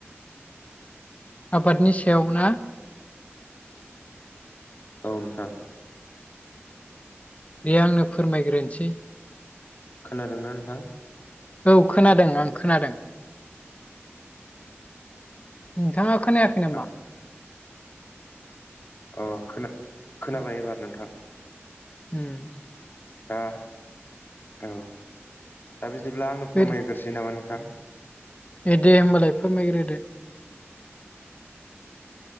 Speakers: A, on the left; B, on the left.
A: आबादनि सायाव ना?
B: औ नोंथां।
A: दे आंनो फोरमायग्रोनोसै।
B: खोनादोंना नोंथां?
A: औ खोनादों आं खोनादों नोंथाङा खोनायाखै नामा
B: औ औ खोनाबाय एबार नोंथां
A: हम
B: दा औ दा बिदिब्ला आंनो फोरमायग्रोसै
A: ओद
B: नामा नोंथां
A: ए दे होम्बालाय फोरमायग्रो दे